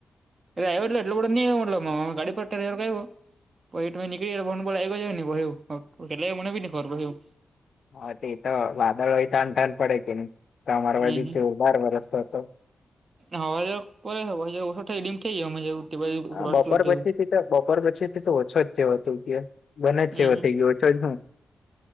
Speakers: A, on the right; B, on the left.
A: ડ્રાઈવર એટલે ન ગાડી પરવર કું. પછ તમે નીકળ ગો લ આવી ગ જાય નને બ હ મનેવી નને ખર બહું.
B: હા તે તો વાદળ હોય થાનઠાન પડે કે નહી અમારો
A: હમ
B: બાજુ જોરદાર વરસ્તો હતો.
A: હવા હજવા હ ઓો થઈડીમ થઈ ગું.
B: હા બપોર પછીથી બપોર પચ્ચેથી તો ઓછો જ જેવ હતું ગયો બને જ
A: હમ
B: જેવો થઈ ગયો. હ